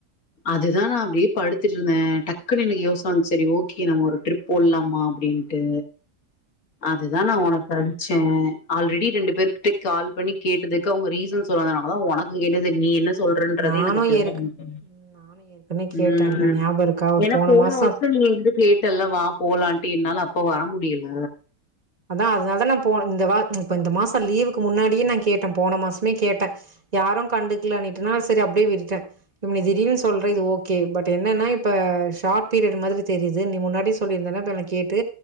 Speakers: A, on the left (about 60°); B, on the right (about 30°).
A: அதுதா நா அப்படியே படுத்துட்டு இருந்தே டக்குன்னு எனக்கு யோசனை வந்துச்சு சரி ஓக்கே நம்ம ஒரு டரிப் போட்லாமா அப்படின்ட்டு அதுதா நா உனக்கு அனுப் ச்சே ஆல்ரெடி ரெண்டு பேர்கிட்டே கால் பண்ணி கேட்டதுக்கு அவங்க ரீசன் சொன்னதுனால தா உனக்கு கேட்டது நீ என்ன சொல்றன்றத
B: நானு
A: எனக்கு தெர்ல
B: ஏற்க்
A: <unintelligible>
B: நானு ஏற்கனவே கேட்டேன்ல
A: உம்
B: ஞாபகோ இருக்கா ஒரு
A: ஏன்னா போன
B: மாசோ
A: வருஷோ நீ என்ட்ட கேட்டல்ல வா போலான்ட்டு என்னால அப்ப வர முடியல
B: அத்தா அதனால தா நா போனே இந்த வா இப்ப இந்த மாசோ லீவுக்கு முன்னாடியே நா கேட்டே போன மாசமே கேட்டே யாரும் கண்டுக்கலனிட்டுனா சரி அப்படியே விட்டுட்டே இப்போ நீ திடீர்னு சொல்ற இது ஓக்கே பட் என்னன்னா இப்போ ஷார்ட் பீரியட் மாறி தெரியுது நீ முன்னாடியே சொல்லியிருந்தன்னா இப்ப எனக்கு கேட்டு